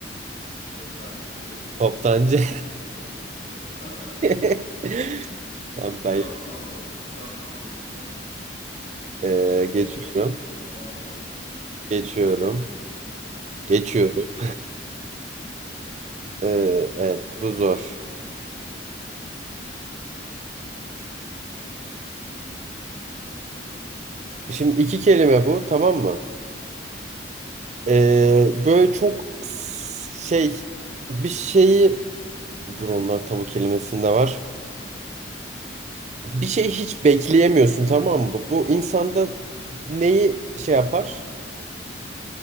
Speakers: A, on the left; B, on the right.
A: Toptancı.
B: toptancı.
A: Süremiz bitti. <laughs>
B: <laughs> Ya
A: Ne
B: ben
A: yapayım abi başka türlü anlatamazdım yani.
B: Ee,
A: Yine
B: geçiyorum.
A: sana puan veremedim.
B: Geçiyorum.
A: Dön ben.
B: Geçiyorum.
A: Aha.
B: Ee, evet bu zor. Şimdi iki kelime bu tamam mı? Ee, böyle çok s- şey bir şeyi dur onlar tabu kelimesinde var. Bir şey hiç bekleyemiyorsun tamam mı? Bu, bu insanda neyi şey yapar?